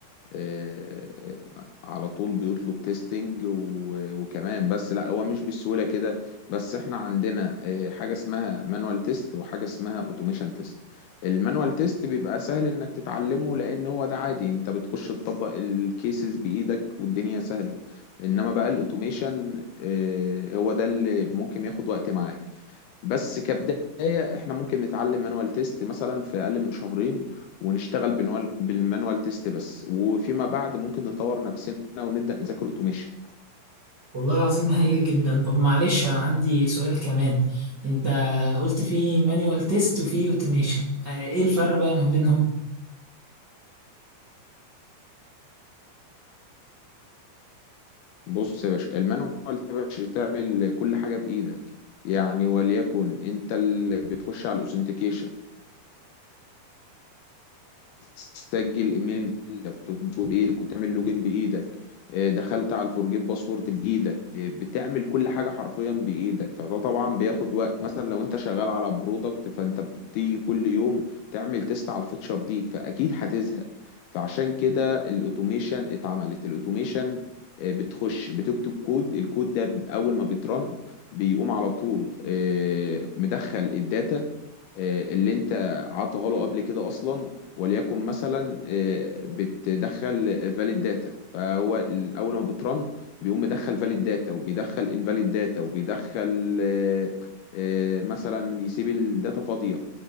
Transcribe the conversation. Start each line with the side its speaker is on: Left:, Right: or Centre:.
Left: آه، على طول بيطلب تيستنج و- وكمان بس لا هو مش بالسهولة كده بس احنا عندنا آه، حاجة اسمها مانوال تيست وحاجة اسمها اوتوميشن تيست المانوال تيست بيبقى سهل انك تتعلمه لان هو ده عادي انت بتخش تطبق الكيسز بايدك والدنيا سهلة انما بقى الاوتوميشن آه، هو ده اللي ممكن ياخد وقت معاك بس كبداية احنا ممكن نتعلم مانوال تيست مثلا في اقل من شهرين ونشتغل بالمانوال بالمانوال تيست بس وفيما بعد ممكن نطور نفسنا ونبدأ نذاكر اوتوميشن
Right: والله العظيم هايل جدا طب معلش انا عندي سؤال كمان انت قلت في مانيوال تيست وفي اوتوميشن ايه الفرق بقى ما بينهم
Left: بص يا باشا المانوال ده يا باشا تعمل كل حاجة بإيدك يعني وليكن انت اللي بتخش على الاوثنتيكيشن سجل ايميل كنت بتكتبه بايدك وتعمل لوجين بايدك آه، دخلت على الفورجيت باسورد بايدك آه، بتعمل كل حاجه حرفيا بايدك فده طبعا بياخد وقت مثلا لو انت شغال على برودكت فانت بتيجي كل يوم تعمل تيست على الفيتشر دي فاكيد هتزهق فعشان كده الاوتوميشن اتعملت الاوتوميشن آه، بتخش بتكتب كود الكود ده اول ما بيترن بيقوم على طول آه، مدخل الداتا آه، اللي انت عطاها له قبل كده اصلا وليكن مثلا آه، بتدخل فاليد داتا فهو ال- اول ما بترن بيقوم مدخل فاليد داتا وبيدخل انفاليد داتا وبيدخل آه، آه، مثلا يسيب الداتا فاضيه